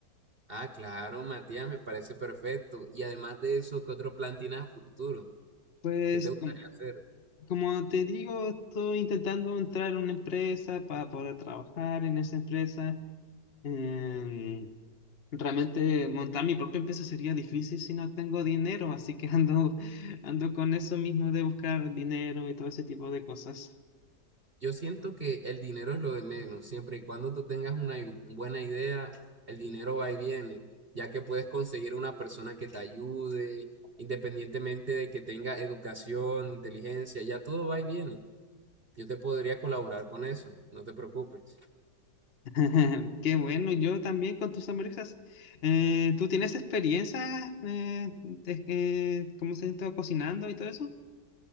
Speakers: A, on the right; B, on the left.
A: Ah, claro, Matías, me parece perfecto. Y además de eso, ¿qué otro plan tienes a futuro?
B: Pues
A: ¿Qué te gustaría
B: com-
A: hacer?
B: como te digo, estoy intentando entrar en una empresa para poder trabajar en esa empresa. Em, Realmente montar mi propia empresa sería difícil si no tengo dinero, así que <laughs> ando, ando con eso mismo de buscar dinero y todo ese tipo de cosas.
A: Yo siento que el dinero es lo de menos. Siempre y cuando tú tengas una i- buena idea, el dinero va y viene, ya que puedes conseguir una persona que te ayude, independientemente de que tenga educación, inteligencia, ya todo va y viene. Yo te podría colaborar con eso, no te preocupes.
B: <laughs> Qué bueno, yo también con tus hamburguesas. Eh, ¿tú tienes experiencia, eh, de- eh, cómo se está cocinando y todo eso?